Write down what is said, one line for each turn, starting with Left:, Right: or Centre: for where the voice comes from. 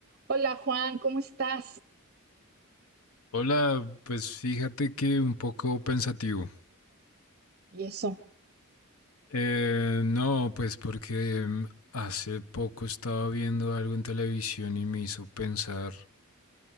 Right: Hola Juan, ¿cómo estás?
Left: Hola, pues fíjate que un poco pensativo.
Right: Y eso,
Left: Eh, no, pues porque mm, hace poco estaba viendo algo en televisión y me hizo pensar